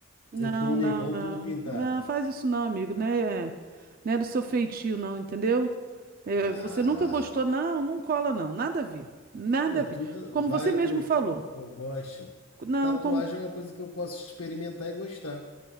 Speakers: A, on the right; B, on the left.
A: Não,
B: eu tô um
A: não,
B: negão
A: não.
B: todo pintado.
A: Não, faz isso não, amigo, né? É, Não é do seu feitio, não, entendeu? É,
B: Ah,
A: você nunca gostou, não, não cola, não. Nada a ver. Nada
B: não é
A: a ver.
B: tudo.
A: Como
B: Vai
A: você mesmo
B: que eu,
A: falou.
B: que eu goste.
A: Não,
B: Tatuagem
A: como.
B: é uma coisa que eu posso experimentar e gostar.